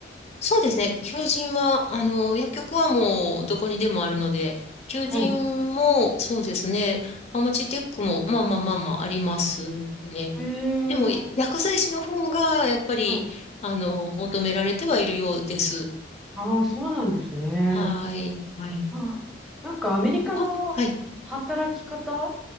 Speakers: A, on the left; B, in the centre.
A: そうですね。求人は、あの、薬局はもうどこにでもあるので、求人も、
B: はい。
A: そうですね。ファマチテックも、まあまあまあまあありますね。
B: へえ。
A: でも、薬剤師の方が、やっぱり、
B: はい。
A: あの、求められてはいるようです。
B: ああ、そうなんですね。
A: はい。はい。
B: あ、なんかアメリカの働き方っ
A: えわはい。